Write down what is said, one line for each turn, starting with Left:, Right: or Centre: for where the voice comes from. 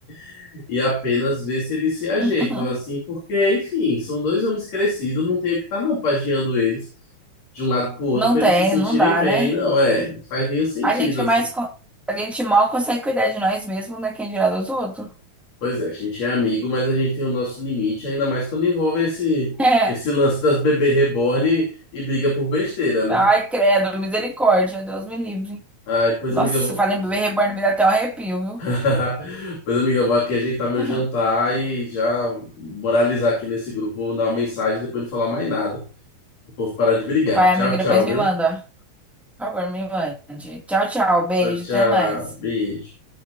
Left: <laughs> e apenas ver se eles se ajeitam,
Centre: <laughs>
Left: assim, porque, enfim, são dois homens crescidos, não tenho que estar não pagiando eles de um lado pro outro
Centre: Não
Left: para
Centre: tem,
Left: eles se sentirem
Centre: não dá,
Left: bem,
Centre: né?
Left: não, é, não faz nenhum sentido,
Centre: A gente
Left: assim.
Centre: mais, con- a gente mal consegue cuidar de nós mesmos, né? Quem dirá dos outros? <laughs>
Left: Pois é, a gente é amigo, mas a gente tem o nosso limite, ainda mais quando envolve esse,
Centre: É.
Left: esse lance das bebê reborn e, e briga por besteira, né?
Centre: Ai, credo, misericórdia, Deus me livre.
Left: Ai, pois,
Centre: Nossa,
Left: amiga, eu
Centre: se
Left: vou.
Centre: fala em bebê reborn, me dá até um arrepio, viu?
Left: <laughs> Pois, amiga, eu vou aqui ajeitar meu
Centre: <laughs>
Left: jantar e já moralizar aqui nesse grupo, vou mandar uma mensagem e depois não falar mais nada. O povo parar de brigar.
Centre: Vai,
Left: Tchau,
Centre: amigo, depois
Left: tchau,
Centre: me
Left: viu?
Centre: manda. Por favor, me mande. Tchau, tchau, beijo,
Left: Tchau, tchau.
Centre: até mais.
Left: Beijo.